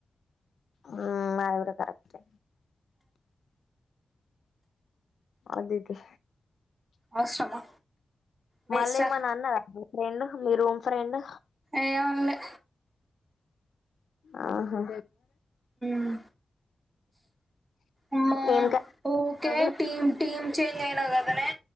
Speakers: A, on the left (about 60°); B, on the right (about 15°).
A: మ్ మాది గూడా కరెక్టే అది ఇదే
B: అవసరమా వేస్ట్
A: మళ్ళ ఏమన్న అన్నదా ఫ్రెండ్ మీ రూమ్ ఫ్రెండ్
B: ఏమనలే
A: ఆహా
B: మ్ అమ్మా
A: ఏం కర్రీ
B: ఊకే
A: ఈరోజు
B: టీం టీం చేంజ్ గదనే